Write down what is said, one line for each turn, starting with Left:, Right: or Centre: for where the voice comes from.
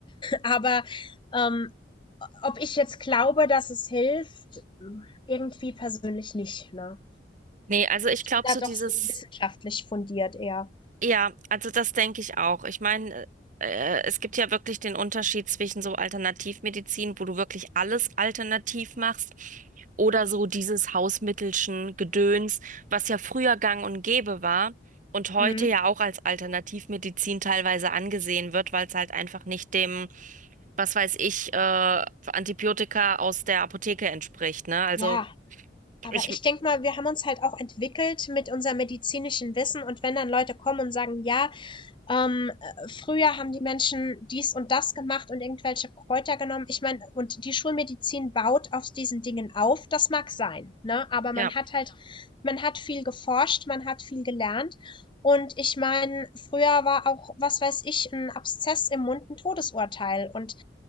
Left: Aber ähm, ob ich jetzt glaube, dass es hilft, irgendwie persönlich nicht. Ne?
Right: Nee, also ich glaube
Left: Da
Right: so
Left: doch
Right: dieses,
Left: so wissenschaftlich fundiert eher.
Right: ja, also das denke ich auch. Ich meine, äh, es gibt ja wirklich den Unterschied zwischen so Alternativmedizin, wo du wirklich alles alternativ machst, oder so dieses Hausmittelchen Gedöns, was ja früher gang und gäbe war und heute
Left: Mhm.
Right: ja auch als Alternativmedizin teilweise angesehen wird, weil es halt einfach nicht dem, was weiß ich, äh, Antibiotika aus der Apotheke entspricht, ne? Also
Left: Ja, aber
Right: ich,
Left: ich denke mal, wir haben uns halt auch entwickelt mit unserem medizinischen Wissen und wenn dann Leute kommen und sagen, ja, Ähm, äh, früher haben die Menschen dies und das gemacht und irgendwelche Kräuter genommen. Ich meine, und die Schulmedizin baut auf diesen Dingen auf, das mag sein, ne? Aber
Right: ja,
Left: man hat halt, man hat viel geforscht, man hat viel gelernt. Und ich meine, früher war auch, was weiß ich, ein Abszess im Mund ein Todesurteil. Und